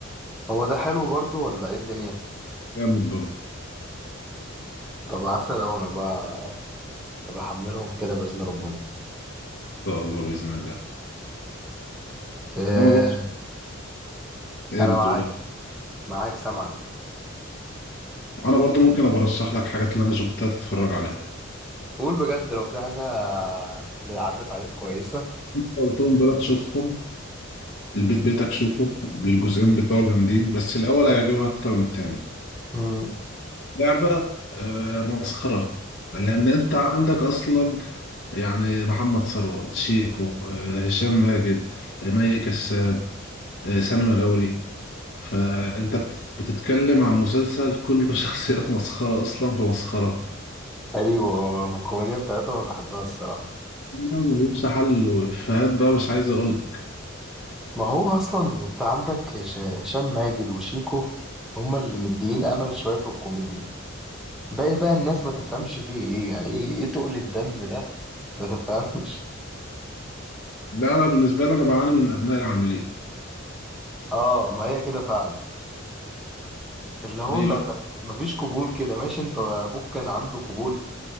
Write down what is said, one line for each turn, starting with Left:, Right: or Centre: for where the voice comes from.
Centre: هو ده حلو برضه ولا ايه الدنيا
Left: جامد برضه
Centre: طب عسل اهو انا بقى بحملهم كده بإذن ربنا
Left: ان شاء الله باذن الله
Centre: إيه
Left: وانا برضه ايه
Centre: انا
Left: بتقول
Centre: معاك
Left: إيه؟
Centre: معاك سامعك
Left: انا برضو ممكن ابقى ارشح لك حاجات اللي انا شفتها تتفرج عليها
Centre: قول بجد لو في حاجة اللي عدت عليك كويسة
Left: قلتهم دول تشوفهم البيت بيتك شوفه الجزئين بتوع جامدين بس الاول هيعجبها اكتر من التاني
Centre: مم.
Left: لعبة آه مسخرة لان انت عندك اصلا يعني محمد ثروت شيكو آه هشام ماجد آه مي كساب آه سامي مغاوري فانت بت- بتتكلم عن مسلسل كله <laughs> شخصيات مسخرة اصلا في مسخرة
Centre: ايوه الكوميديا بتاعتهم أنا بحبها الصراحة
Left: لا ملهمش حل وإفيهات بقى مش عايز اقول لك
Centre: ما هو اصلا انت عندك هش- هشام ماجد وشيكو هما اللي مديين امل شويه في الكوميديا باقي بقى الناس ما تفهمش فيه ايه يعني ايه ايه تقل الدم ده ما تفهمش
Left: لا انا بالنسبة لي انا بعاني من ابناء العاملين
Centre: <laughs> اه ما هي كده فعلا اللي هو
Left: ايوه
Centre: ما, ما ما فيش قبول كده ماشي انت ابوك كان عنده قبول